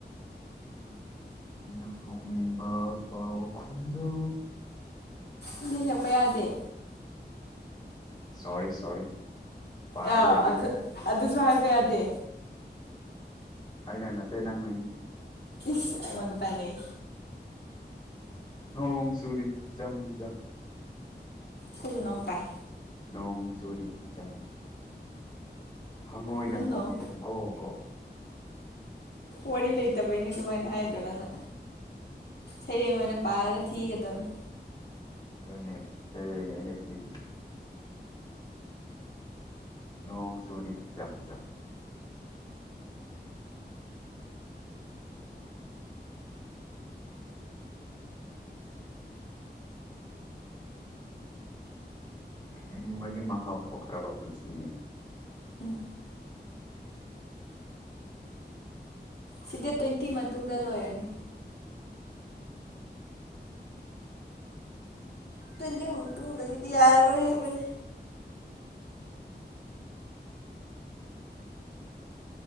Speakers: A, on the left; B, on the left.
A: ꯑꯩꯅ ꯐꯣꯡꯅꯤꯡꯕ ꯄꯥꯎꯈꯨꯝꯗꯨ
B: ꯏꯁꯩ ꯁꯛꯄꯥ ꯌꯥꯗꯦ
A: ꯁꯣꯔꯤ ꯁꯣꯔꯤ ꯄꯥꯒꯦ
B: ꯑꯦꯌꯥꯎ
A: ꯑꯗꯨꯗꯤ
B: ꯑꯗꯨ ꯑꯗꯨꯁꯨ ꯍꯥꯏꯕ ꯌꯥꯗꯦ꯫
A: ꯑꯅꯅ ꯅꯠꯇ ꯅꯪꯅꯅꯤ
B: ꯏꯁ ꯑꯩꯉꯣꯜ ꯇꯥꯏꯅꯩ
A: ꯅꯣꯡꯣꯡ ꯁꯔꯤ ꯝ ꯝ
B: ꯈꯨꯖꯨꯅꯣꯡ ꯇꯥꯏ
A: ꯅꯣꯡ ꯆꯨꯔꯤ ꯖꯝ-ꯖꯝ꯫ ꯍꯪꯉꯣꯏꯅ
B: ꯅꯣꯏ
A: ꯍꯣꯡꯉꯦ
B: ꯅꯣꯡ
A: ꯒꯣ ꯒꯣ꯫
B: ꯋꯥꯔꯤ ꯂꯩꯇꯕꯩꯅꯦ ꯑꯗꯨꯃꯥꯏꯅ ꯍꯥꯏꯗꯣ ꯅꯪꯅ ꯁꯩꯔꯦꯡ ꯑꯣꯏꯅ ꯄꯥꯔꯒ ꯊꯤꯒꯗꯕꯅꯤ
A: ꯑꯗꯨꯅꯦ ꯁꯩꯔꯦꯡꯅꯦ ꯑꯩꯅ ꯊꯤꫪꯤꯁꯤ꯫ ꯅꯣꯡ ꯆꯨꯔꯤ ꯖꯝ ꯖꯝ ꯍꯪꯕꯒꯤ ꯃꯍꯥꯎ ꯊꯣꯛꯇ꯭ꯔꯕ ꯄꯨꯟꯁꯤꯅꯤ
B: ꯎꯝ ꯁꯤ ꯗꯦꯠ ꯇ꯭ꯋꯦꯟꯇꯤ ꯃꯇꯨꯡꯗ ꯂꯣꯏꯔꯅꯤ ꯇ꯭ꯋꯦꯟꯇꯤ ꯃꯇꯨꯡꯗꯒꯤꯗꯤ ꯌꯥꯔꯔꯣꯏ ꯍꯥꯏꯕꯅꯤ